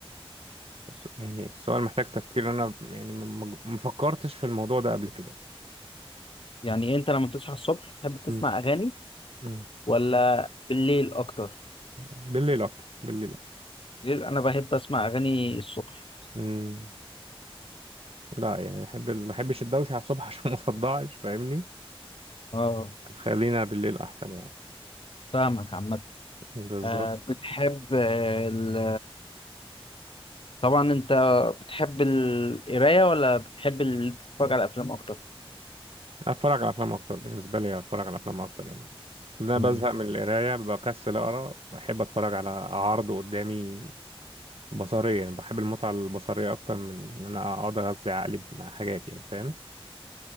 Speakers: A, on the right; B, on the left.
A: الس- يعني السؤال محتاج تفكير انا يعني ما ما- ما فكرتش في الموضوع ده قبل كده
B: يعني أنت لما بتصحى الصبح بتحب تسمع
A: مم.
B: أغاني
A: مم.
B: ولا بالليل أكتر؟
A: بالليل اكتر بالليل اكتر
B: بالليل أنا بحب أسمع أغاني الصبح
A: امم لا يعني بحب ال- ما بحبش الدوشه على الصبح <laughs> عشان ما صدعش فاهمني
B: اه
A: فخلينا بالليل احسن يعني
B: فاهمك عامة
A: بالظبط
B: آه، بتحب آه، ال طبعا أنت بتحب القراية ولا بتحب ال- تتفرج على أفلام أكتر؟
A: اتفرج على افلام اكتر بالنسبه لي اتفرج على افلام اكتر يعني لأن انا
B: مم.
A: بزهق من القرايه بكسل اقرا بحب اتفرج على عرض قدامي بصريا يعني بحب المتعه البصريه اكتر من ان انا اقعد اغذي عقلي مع حاجات يعني فاهم